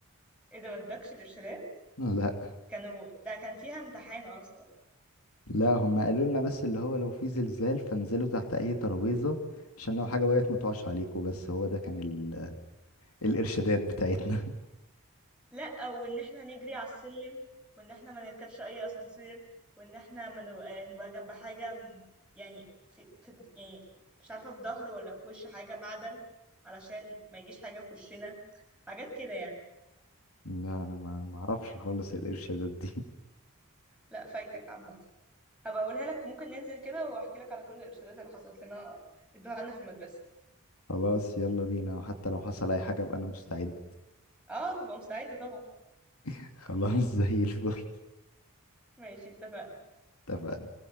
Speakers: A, in the centre; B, on the left (about 75°).
A: ايه ده ما ادكش الإرشادات؟
B: <laughs> لا
A: كانوا ده كان فيها امتحان أصلا
B: لا هم قالوا لنا بس اللي هو لو في زلزال فانزلوا تحت اي ترابيزة عشان لو حاجة وقعت ما تقعش عليكم بس هو ده كان ال... الارشادات بتاعتنا <laughs>
A: لأ وإن احنا نجري على السلم وإن احنا ما نركبش أي أسانسير وإن احنا ما نو- آه، نبقى جنب حاجة م- يعني في, في يعني مش عارفة في ظهر ولا في وش حاجة معدن علشان ما يجيش حاجة في وشنا حاجات كده يعني
B: لا انا ما ما اعرفش خالص الارشادات دي <laughs>
A: لأ فايتك عامة هبقى أقولها لك ممكن ننزل كده وأحكي لك على كل الإرشادات اللي حصلت لنا ادوها لنا في المدرسة
B: خلاص يلا بينا وحتى لو حصل اي حاجة ابقى انا مستعد
A: اه تبقى مستعدة طبعا
B: <laughs> خلاص زي الفل
A: ماشي اتفقنا
B: اتفقنا